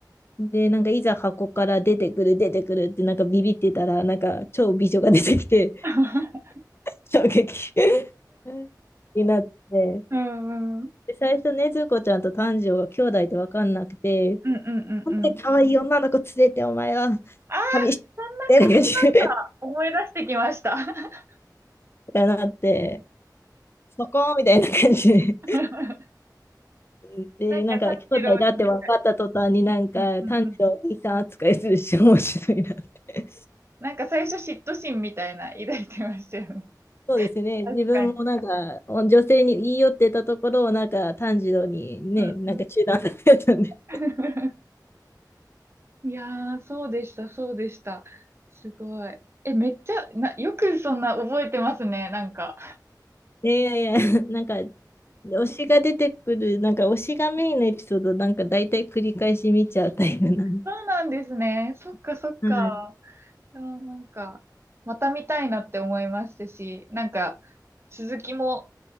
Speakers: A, on the left; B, on the right.
A: で、なんかいざ箱から出てくる、出てくるってなんかビビってたら、なんか超美女が出てきて、
B: <laughs>
A: 衝撃 <laughs> になって、
B: うんうん。うん
A: で、最初ね、ずこちゃんと炭治郎が兄弟って分かんなくて、
B: うんうんうん。
A: なんで可愛い女の子連れてお前は
B: ああ、
A: 旅してる感じっ
B: そんな感じだった思い出してきました。<laughs>
A: てなって、そこみたいな感じ
B: な
A: で。で、
B: んか炭治郎に、
A: なんか、兄弟だって分かった途端になんか、
B: うんうんうん。
A: 炭治郎お兄さん扱いするし、面白いなって。
B: なんか最初嫉妬心みたいな抱いてましたよね。
A: そうですね、
B: 確かに。
A: 自分もなんか、女性に言い寄ってたところを、なんか、炭治郎にね、
B: うんうん。
A: なんか中断されたんで。
B: <laughs> いやー、そうでした、そうでした。すごい。え、めっちゃ、な、よくそんな覚えてますね、なんか。
A: いやいやいや、なんかで推しが出てくる、なんか推しがメインのエピソード、なんか大体繰り返し見ちゃうタイプなの。
B: そうなんですね。そっかそっか。
A: はい。
B: いなんか、また見たいなって思いましたし、なんか、続きも、